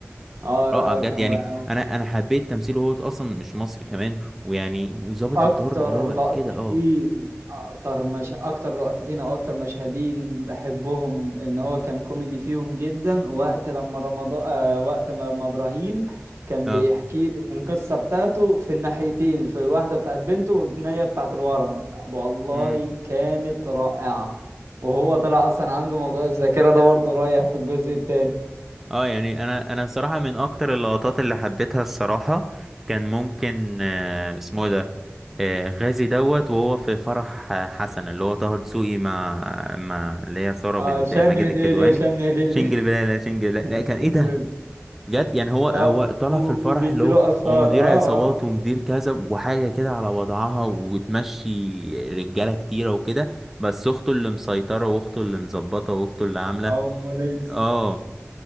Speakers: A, on the right; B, in the centre.
A: اه
B: رائع
A: لا
B: بجد
A: كان
B: يعني
A: رائع
B: انا انا حبيت تمثيله هو اصلا مش مصري كمان ويعني وظابط
A: اكتر
B: الدور اللي هو
A: لقطتين
B: كده اه
A: اكتر مش اكتر لقطتين او اكتر مشهدين بحبهم ان هو كان كوميدي فيهم جدا وقت لما رمضان آه وقت ما لما ابراهيم كان
B: اه
A: بيحكي له القصه بتاعته في الناحيتين في الواحده بتاعت بنته والثانيه بتاعت الورم والله
B: امم
A: كانت رائعه وهو طلع اصلا عنده موضوع الذاكره ده برضه رايح في الجزء الثاني
B: اه يعني انا انا الصراحه من اكتر اللقطات اللي حبيتها الصراحه كان ممكن آه اسمه إيه ده آه غازي دوت وهو في فرح آه، حسن اللي هو طه دسوقي مع مع اللي هي ساره
A: اه
B: بنت
A: شن
B: ماجد
A: هليلي
B: الكدواني
A: شن هليلي
B: شنجل بلا لا شنجل لا, لا
A: <laughs>
B: كان ايه ده بجد يعني هو هو
A: اه
B: طالع
A: و-
B: في الفرح
A: وبيديله
B: اللي هو
A: اثار
B: هو مدير عصابات
A: اه
B: ومدير كذا وحاجة كده على وضعها وتمشي رجالة كتيرة وكده بس أخته اللي مسيطرة وأخته اللي مظبطة وأخته اللي عاملة
A: اه اماليس
B: اه